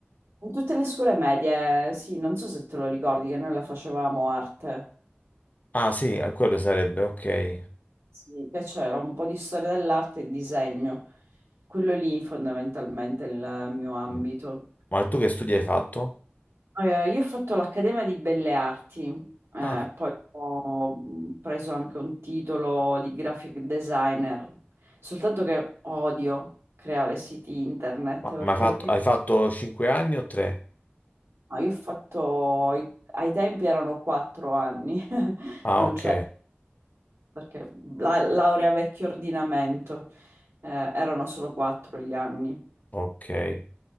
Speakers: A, on the right; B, on the left.
A: In tutte le scuole medie, sì, non so se te lo ricordi che noi la facevamo arte,
B: Ah, sì, eh, quello sarebbe, ok.
A: sì, che c'era un po' di storia dell'arte e disegno, quello lì fondamentalmente è il mio ambito.
B: Mm. Ma tu che studi hai fatto?
A: Eh, io ho fatto l'Accademia di Belle Arti, eh,
B: Ah,
A: poi ho mm, preso anche un titolo di graphic designer, soltanto che odio creare siti internet
B: ma,
A: perché
B: ma hai fatto,
A: a me
B: hai fatto 5 anni o 3?
A: Ah, io ho fatto, ai ai tempi erano quattro anni, <laughs>
B: Ah,
A: non
B: ok,
A: c'è, perché la laurea vecchio ordinamento, eh, erano solo quattro gli anni.
B: ok.